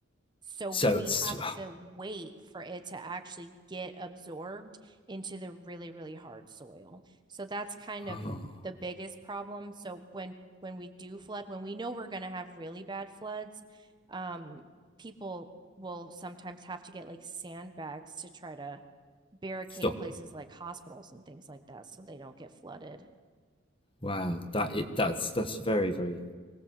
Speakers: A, on the right (about 20°); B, on the left (about 25°).
A: So,
B: So,
A: we
B: s
A: have to wait for it to actually get absorbed into the really, really hard soil. So, that's kind
B: oh,
A: of the biggest problem. So, when when we do flood, when we know we're going to have really bad floods, um, people will sometimes have to get like sandbags to try to barricade
B: stop.
A: places like hospitals and things like that so they don't get flooded.
B: Wow. That it. That's that's very very